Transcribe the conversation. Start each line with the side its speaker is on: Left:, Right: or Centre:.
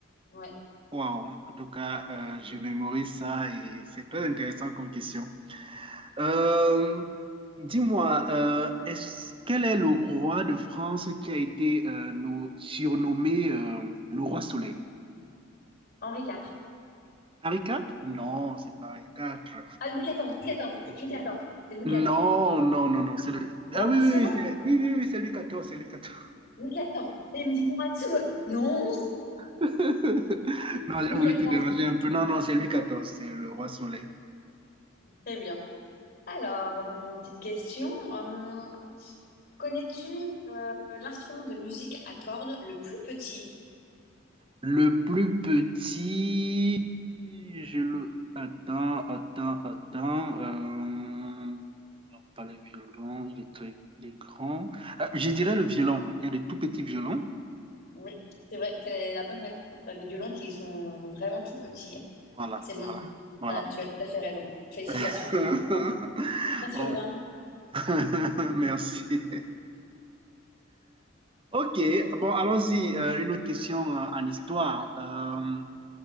Left: Ouais.
Right: Wow. En tout cas, euh, je mémorise ça et c'est très intéressant comme question. Euh, dis-moi, euh, est-ce, quel est le roi de France qui a été euh, nous- surnommé euh, le roi Soleil?
Left: Henri IV.
Right: Henri IV? Non, c'est pas Henri IV.
Left: Ah, Louis XIV, Louis XIV, Louis XIV. C'est Louis XIV.
Right: Non, non, non, non, c'est le...
Left: Roi
Right: Ah oui, oui,
Left: Soleil,
Right: oui, c'est oui, oui, oui, c'est Louis quatorze c'est Louis quatorze
Left: Louis XIV. Et il me dit moi tout. Non,
Right: <laughs>
Left: <laughs>
Right: Non, j'ai
Left: Louis
Right: voulu
Left: XIV.
Right: te déranger un peu. Non, non, c'est Louis quatorze c'est le roi soleil.
Left: Très bien. Alors, hum, petite question. hum, connais-tu euh, l'instrument de musique à cordes le plus petit?
Right: Le plus petit, je le... Attends, attends, attends. euh, Non, pas le violon, il est très il est grand. Ah, je dirais le violon. Il y a le tout petits violons
Left: Oui, c'est vrai, c'est la bonne réponse. T'as des violons qui sont vraiment tout petits.
Right: Voilà,
Left: C'est
Right: voilà,
Left: bon,
Right: voilà.
Left: t'as- tu as tout à fait raison. Félicitations.
Right: <laughs>
Left: Ouais. un sur
Right: Oh,
Left: vingt
Right: <laughs> Merci. Ok, bon, allons-y. euh, une autre question euh, en histoire. Euh,